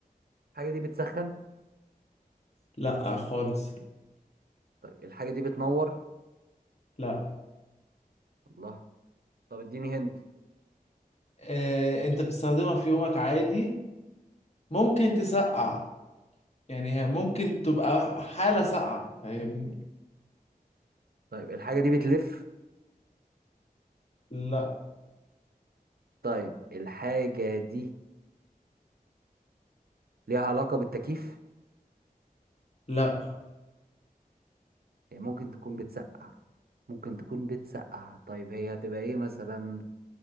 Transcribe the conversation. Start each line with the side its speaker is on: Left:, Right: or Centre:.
Right: الحاجه دي بتسخن
Left: لا خالص
Right: طيب الحاجه دي بتنور
Left: لا
Right: الله طب اديني هنت
Left: آه، انت بتستخدمها في يومك عادي ممكن تسقع يعني هي ممكن تبقى حالة ساقعة فاهمني
Right: طيب الحاجه دي بتلف
Left: لا
Right: طيب الحاجه دي ليها علاقه بالتكييف
Left: لا
Right: هي ممكن تكون بتسقع ممكن تكون بتسقع طيب هي هتبقى ايه مثلا